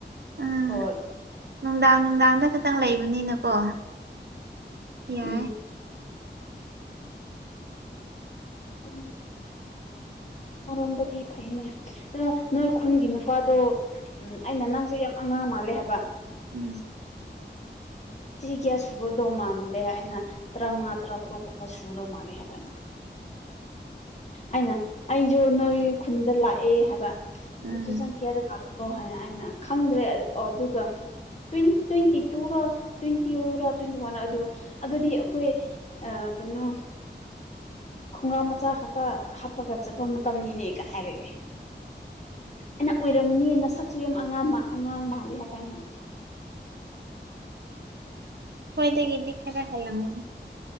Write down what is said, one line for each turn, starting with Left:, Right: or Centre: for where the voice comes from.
Right: ꯎꯝ
Left: ꯍꯣꯏ
Right: ꯂꯅꯨꯡꯗꯥ ꯂꯅꯨꯡꯗꯥ ꯑꯗ ꯈꯤꯇꯪ ꯂꯩꯕꯅꯤꯅꯀꯣ ꯌꯥꯏ
Left: ꯎꯝ ꯑꯣ ꯃꯔꯣꯝꯗꯗꯤ ꯐꯩꯅꯦ ꯑ ꯅꯣꯏ ꯈꯨꯟꯒꯤ ꯅꯨꯄꯥꯗꯣ ꯎ ꯑꯩꯅ ꯅꯪꯁꯦ ꯌꯥꯝ ꯑꯉꯥꯡ ꯃꯥ ꯀꯔꯤ ꯍꯥꯏꯕ
Right: ꯎꯝ
Left: ꯊ ꯀꯦ ꯁꯕꯗꯣ ꯃꯥꯟꯗꯦꯅ ꯇꯔꯥ ꯃꯉꯥ ꯇꯔꯥ ꯇꯔꯨꯛ ꯀꯨꯝ ꯁꯨꯗꯣ ꯃꯅꯦ ꯍꯥꯏꯕꯅ ꯑꯩꯅ ꯑꯩꯁꯨ ꯅꯣꯏ ꯈꯨꯟꯗ ꯂꯥꯛꯑꯦ ꯍꯥꯏꯕ
Right: ꯎꯝ
Left: ꯇꯁ ꯀꯌꯥꯗ ꯂ ꯑꯣ ꯍꯥꯏ ꯑꯅ ꯈꯪꯗ꯭ꯔꯦ ꯑꯣ ꯑꯗꯨꯒ ꯇ꯭ꯋꯦꯟꯇꯤ ꯇꯨꯔ ꯇ꯭ꯋꯦꯟꯇꯤ ꯑꯣꯏꯔ ꯇ꯭ꯋꯦꯟꯇꯤ ꯋꯥꯟ ꯑꯗꯨꯒ ꯑꯗꯨꯗꯤ ꯑꯩꯈꯣꯏ ꯀꯩꯅꯣ ꯈꯣꯡꯒꯥ꯭ꯔꯝ ꯃꯆꯥ ꯈꯛꯇ ꯍꯥꯞꯄꯒ ꯆꯠꯄ ꯃꯇꯝ ꯇꯝꯅꯤꯅꯦ ꯀ ꯍꯥꯏꯔꯛꯑꯦ ꯑꯩꯅ ꯑꯣꯏꯔꯝꯅꯤꯅ ꯁꯛꯁꯨ ꯌꯥꯝ ꯑꯉꯥꯡ ꯑꯉꯥꯡ ꯃꯥꯜꯂꯦ ꯍꯥꯏꯕ ꯍꯥꯏꯅ
Right: ꯍꯣꯏꯗꯒꯤꯗꯤ ꯈꯔ ꯍꯜꯂꯝꯃꯨꯅꯦ